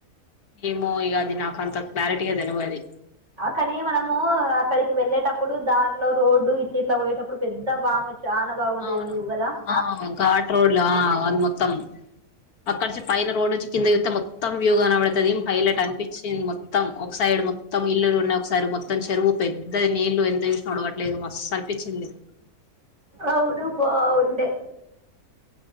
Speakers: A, on the left; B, on the right.
A: ఏమో ఇగ నాకంత క్లారిటీగా తెలవది
B: కాని మనము అక్కడికి వెళ్ళేటప్పుడు దారిలో రోడ్డు ఇట్ ఇట్లా పోయేటప్పుడు పెద్ద బామ చాలా బాగుంటది
A: అవును
B: వ్యూ కదా
A: ఘాట్ రోడ్లు అది మొత్తం అక్కడించి పైన రోడ్ నుంచి కిందితే మొత్తం వ్యూ కనబడుతుంది హైలైట్ అనిపించింది మొత్తం మొత్తం ఒక సైడ్ మొత్తం ఇల్లులు ఉన్నాయి ఒకసైడ్ మొత్తం మొత్తం చెరువు పెద్దది నీళ్లు ఎంత చూసిన ఒడవట్లేదు మస్తు అనిపించింది
B: అవును బాగుంది